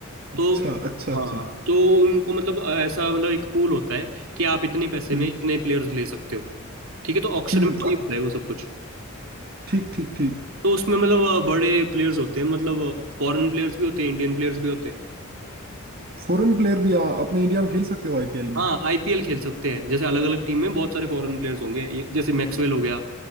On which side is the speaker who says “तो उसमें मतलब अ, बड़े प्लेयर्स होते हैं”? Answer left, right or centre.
Right